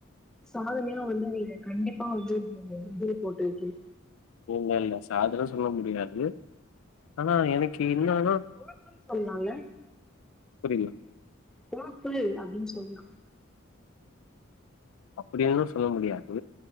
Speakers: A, in the centre; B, on the left.
A: சாதனையா வந்து நீங்க கண்டிப்பா வந்து நீங்க இது போர் போட்டு இருக்கிங்க
B: ஒன்னுல்ல சாதனை சொல்ல முடியாது ஆனா எனக்கு என்னன்னா
A: உழைப்புன்னு சொல்லால
B: புரில
A: கோப்பு அப்டின்னு சொல்லு
B: அப்டின்னு சொல்ல முடியாது